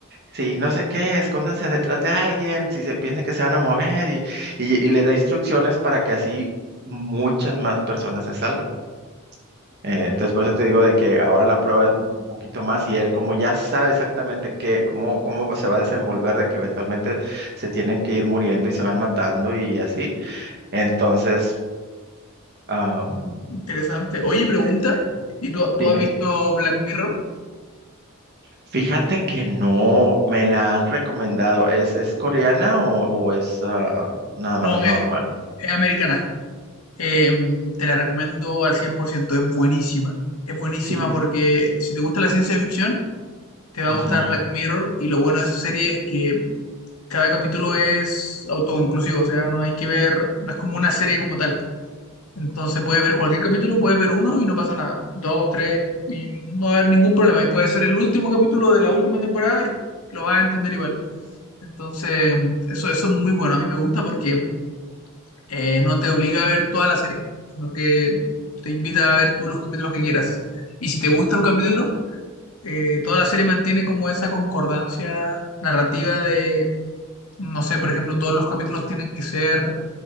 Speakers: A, on the right; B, on the left.
A: si no sé qué, escóndanse detrás de alguien, si se piensan que se van a mover, y, y, y les da instrucciones para que así muchas más personas se salven. Eh,
B: Mm.
A: entonces, por eso te digo de que ahora la prueba es un un poquito más y él como ya sabe exactamente qué, cómo, cómo se va a desenvolver, de que eventualmente se tienen que ir muriendo y se van matando y así. Entonces, am,
B: Interesante. Oye, pregunta,
A: eh,
B: ¿y tú, tú
A: dime,
B: has visto Black Mirror?
A: fíjate que no, me la han recomendado. ¿Es, es coreana o, o es ah, nada
B: No,
A: más normal?
B: es, es americana. Eh, te la recomiendo al 100%, es buenísima. Es buenísima
A: Sí.
B: porque si te gusta la ciencia ficción, te va
A: ujú.
B: a gustar Black Mirror y lo bueno de esa serie es que cada capítulo es autoconclusivo, o sea, no hay que ver, no es como una serie como tal. Entonces puedes ver cualquier capítulo, puedes ver uno y no pasa nada. Dos, tres, y no va a haber ningún problema. Y puede ser el último capítulo de la última temporada y lo vas a entender igual. Entonces, eso, eso es muy bueno. A mí me gusta porque eh, no te obliga a ver toda la serie, sino que te invita a ver tú los capítulos que quieras. Y si te gusta un capítulo, eh, toda la serie mantiene como esa concordancia narrativa de, no sé, por ejemplo, todos los capítulos tienen que ser